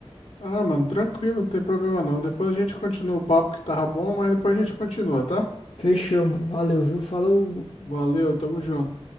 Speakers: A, on the left; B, on the left.
A: Ah, mano, tranquilo, não tem problema não. Depois a gente continua o papo que tava bom, mas depois a gente continua, tá?
B: Fechou, mano. Valeu, viu? Falou.
A: Valeu, tamo junto.